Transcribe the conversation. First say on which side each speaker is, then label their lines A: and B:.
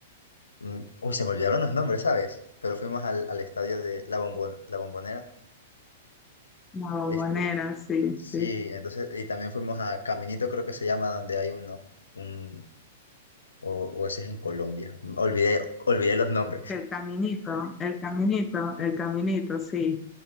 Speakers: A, on the left (about 80°); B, on the left (about 20°).
A: mm, Uy, se me olvidaron los nombres, ¿sabes? Pero fuimos al, al estadio de La Bombon- La Bombonera.
B: La Bombonera,
A: Este,
B: sí,
A: sí,
B: sí.
A: entonces, y también fuimos a Caminito, creo que se llama, donde hay uno, un o, o ese es en Colombia. Olvidé, olvidé los nombres.
B: El caminito, el caminito, el caminito, sí.